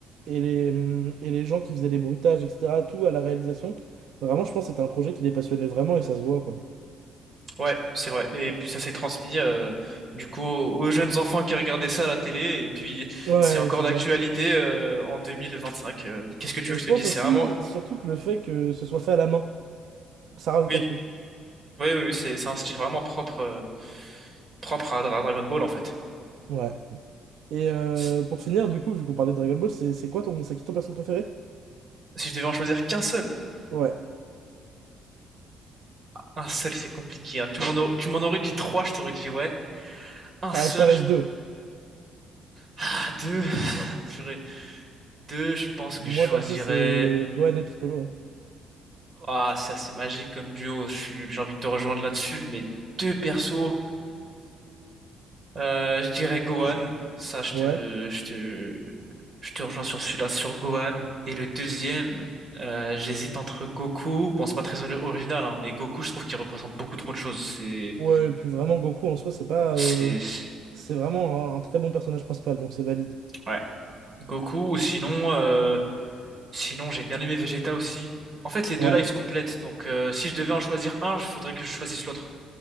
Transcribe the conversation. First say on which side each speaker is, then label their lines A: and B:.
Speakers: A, on the right; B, on the right.
A: et les, hum, et les gens qui faisaient les bruitages, etc., tout à la réalisation. Vraiment, je pense que c'était un projet qui les passionnait vraiment et ça se voit, quoi.
B: Ouais, c'est vrai. Et puis ça s'est transmis, euh, du coup, aux, aux jeunes enfants qui regardaient ça à la télé, et puis
A: Ouais,
B: c'est encore
A: c'est
B: d'actualité
A: ça.
B: euh, en 2025. Euh, qu'est-ce que tu
A: Et
B: veux que
A: je
B: je
A: pense
B: te dise?
A: aussi,
B: C'est vraiment
A: surtout que le fait que ce soit fait à la main. Ça rajoute
B: Oui,
A: un truc.
B: oui, oui, oui, c'est c'est un style vraiment propre, euh, propre à, à Dragon Ball en fait.
A: Ouais. Et euh,
B: Si
A: pour finir, du coup, vu qu'on parlait de Dragon Ball, c'est c'est quoi ton, c'est qui ton perso préféré?
B: si je devais en choisir qu'un seul,
A: Ouais.
B: un seul c'est compliqué. hein. Tu m'en aurais, tu m'en aurais dit trois, je t'aurais dit ouais. Un
A: Ah,
B: seul,
A: je t'en laisse
B: je...
A: deux.
B: ah deux, <laughs> purée. Deux, je pense
A: Mhm.
B: que je
A: Moi,
B: choisirais.
A: perso, c'est Gohan et Piccolo.
B: Ah, c'est assez magique comme duo. Je suis- j'ai envie de te rejoindre là-dessus, mais deux persos. Euh, je dirais Gohan. Ça, je
A: hein.
B: te,
A: Ouais.
B: je te, je te rejoins sur celui-là, sur Gohan. Et le deuxième, euh, j'hésite entre Goku. Bon, c'est pas très ono- original, hein, mais Goku, je trouve qu'il représente beaucoup trop de choses. C'est,
A: Ouais, et puis vraiment, Goku en soi, c'est pas.
B: c'est,
A: euh,
B: c'est-
A: C'est vraiment un, un très bon personnage principal, donc c'est valide.
B: ouais. Goku, ou sinon, euh, sinon, j'ai bien aimé Vegeta aussi. En fait, les deux-là,
A: Ouais.
B: ils se complètent. Donc, euh, si je devais en choisir un, il faudrait que je choisisse l'autre.